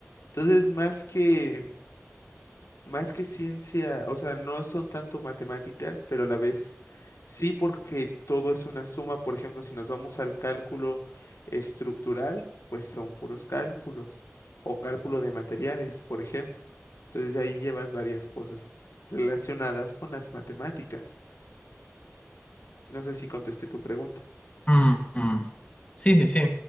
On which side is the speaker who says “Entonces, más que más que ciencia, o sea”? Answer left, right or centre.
Left